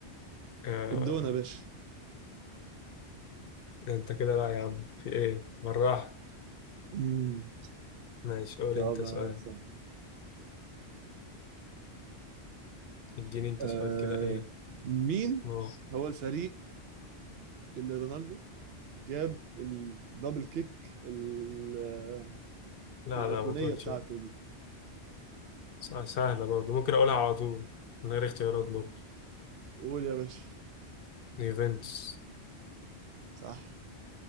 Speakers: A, on the left; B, on the right.
A: آه
B: الدونة يا باشا
A: انت كده بقى يا عم في ايه بالراحة
B: مم.
A: ماشي قول
B: طب
A: انت سؤال
B: يا سهل
A: اديني انت
B: آه
A: سؤال كده ايه
B: مين
A: اه
B: هو الفريق اللي رونالدو جاب الدبل كيك ال-
A: لا
B: الأيقونية
A: لا ما تقولش
B: بتاعته دي
A: س- سهلة برضه ممكن أقولها على طول من غير اختيارات برضه
B: قول يا باشا
A: يوفنتوس
B: صح